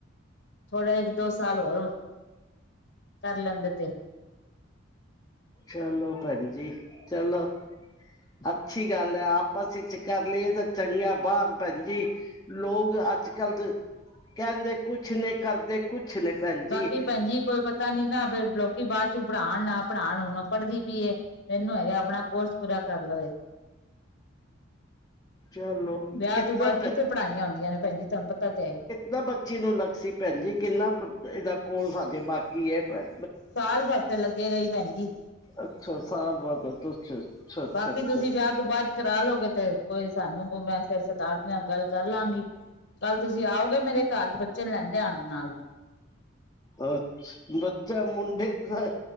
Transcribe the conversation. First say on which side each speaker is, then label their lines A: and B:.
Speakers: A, on the left; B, on the left.
A: ਥੋੜਾ ਇੱਕ ਦੋ ਸਾਲ ਹੋਰ ਕਰ ਲੈਂਦੇ ਤੇ।
B: ਚਲੋ ਭੈਣ ਜੀ ਚਲੋ। ਅੱਛੀ ਗੱਲ ਹੈ ਆਪਸ ਵਿੱਚ ਕਰ ਲਈਏ ਤਾਂ ਚੰਗਾ ਬਾਹਰ ਭੈਣ ਜੀ। ਲੋਕ ਅੱਜ ਕੱਲ ਦੇ ਕਹਿੰਦੇ ਕੁਛ ਨੇ ਕਰਦੇ ਕੁਛ ਨੇ ਭੈਣ ਜੀ
A: ਬਾਕੀ ਭੈਣਜੀ ਕੋਈ ਪਤਾ ਨੀ ਨਾ ਫਿਰ ਲੋਕੀ ਬਾਅਦ ਚ ਪੜ੍ਹਾਉਣ ਨਾ ਪੜ੍ਹਾਉਣ ਹੁਣ ਪੜ੍ਹਦੀ ਪਈਏ। ਮੈਨੂੰ ਹੈਗਾ ਆਪਣਾ ਕੋਰਸ ਪੂਰਾ ਕਰ ਲਵੇ।
B: ਚਲੋ
A: ਵਿਆਹ
B: ਕਿਤਨਾ
A: ਤੋਂ ਬਾਅਦ ਕਿੱਥੇ ਪੜ੍ਹਾਈਆਂ ਆਉਂਦੀਆਂ ਨੇ ਭੈਣ ਜੀ ਤੁਹਾਨੂੰ ਪਤਾ ਤੇ ਆਈ।
B: ਨਾ ਬੱਚੀ ਨੂੰ ਲੱਗ ਸੀ ਭੈਣ ਜੀ ਕਿੰਨਾ ਕੁ ਇਹਦਾ ਕੋਲ ਸਾਜੇ ਬਾਕੀ ਹੈ ਭੈਣ।
A: ਸਾਲ ਭਰ ਚ ਲੱਗੇ ਗਈ ਭੈਣ ਜੀ।
B: ਅੱਛਾ ਸਾਲ ਬਾਦ ਅੱਛਾ। ਅੱਛਾ
A: ਬਾਕੀ
B: ਅੱਛਾ
A: ਤੁਸੀਂ ਵਿਆਹ ਤੋਂ ਬਾਅਦ ਕਰਾਲਗੇ ਤੇ ਕੋਈ ਸਾਨੂੰ ਕੋ ਮੈਂ ਫਿਰ ਸਰਦਾਰ ਜੀ ਨਾਲ ਗੱਲ ਕਰ ਲਾਂਗੀ। ਕੱਲ ਤੁਸੀਂ ਆਓਗੇ ਮੇਰੇ ਘਰ ਦੇ ਬੱਚੇ ਨੂੰ ਲੈਂਦੇ ਆਉਣ ਨਾਲ।
B: ਅ ਬੱਚਾ ਮੁੰਡੇ ਦਾ